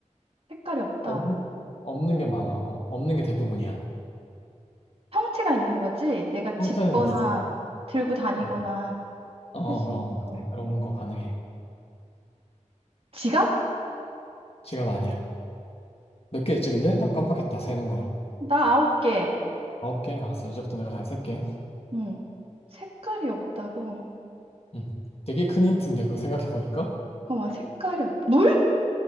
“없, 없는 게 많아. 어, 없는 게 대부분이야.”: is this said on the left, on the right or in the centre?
Left